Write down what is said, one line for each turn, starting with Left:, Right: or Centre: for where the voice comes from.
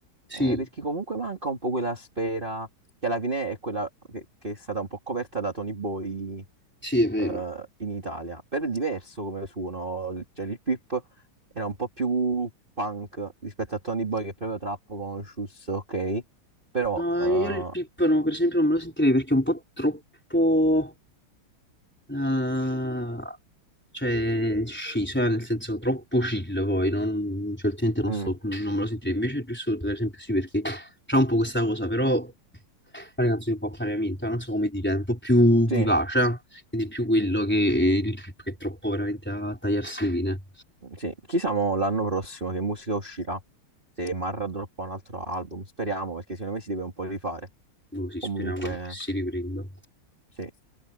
Centre: Sì,
Right: Eh, perché comunque manca un po' quella sfera che alla fine è quella che, che è stata un po' coperta da Tony Boy
Centre: sì, è vero.
Right: eh, in Italia. Però è diverso come suono, il- cioè il Pip era un po' più punk rispetto a Tony Boy che è proprio trap conscious, ok? Però,
Centre: No,
Right: eh,
Centre: io il Pippano, per esempio, non me lo sentirei perché è un po' troppo... Ah, cioè, sciso, eh, nel senso troppo chill poi, non, cioè, ultimamente non
Right: mm,
Centre: sto, non me lo sentirei, invece giusto per esempio sì, perché c'è un po' questa cosa, però fare canzoni un po' a parimento, non so come dire, è un po' più
Right: sì,
Centre: vivace, eh? quindi più quello che il trip che è troppo veramente a tagliarsi le vene,
Right: mm, sì. Chissà mo l'anno prossimo che musica uscirà, se Marra droppa un altro album, speriamo perché secondo me si deve un po' rifare.
Centre: così
Right: Comunque,
Centre: speriamo che si riprenda.
Right: sì.